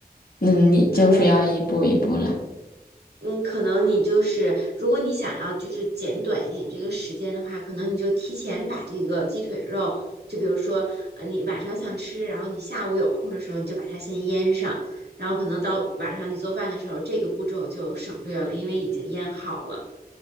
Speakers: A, on the left; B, on the right.
A: 嗯，你就是要一步一步来？
B: 嗯。嗯，可能你就是，如果你想要就是减短一点这个时间的话，可能你就提前把这个鸡腿肉，就比如说，呃，你晚上想吃，然后你下午有空的时候，你就把它先腌上，然后可能到晚上你做饭的时候，这个步骤就省略了，因为已经腌好了。